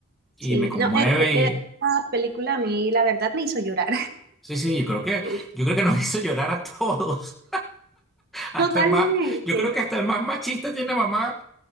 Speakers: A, in the centre; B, on the right (about 45°).
A: Y
B: Sí,
A: me conmueve
B: no, eh, eh, eh,
A: y...
B: esa película a mí la verdad me hizo llorar.
A: Sí, sí, yo creo que,
B: <laughs>
A: yo creo que nos <laughs> hizo llorar a todos. Hasta
B: Totalmente,
A: más, yo creo que hasta el más machista tiene mamá